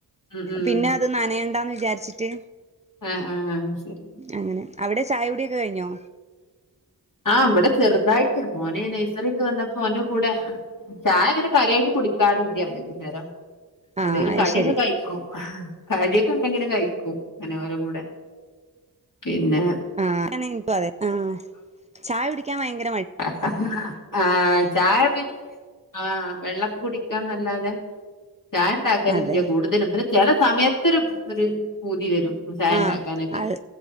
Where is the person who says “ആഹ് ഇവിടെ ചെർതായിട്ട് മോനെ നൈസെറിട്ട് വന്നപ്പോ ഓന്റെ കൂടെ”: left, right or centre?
Left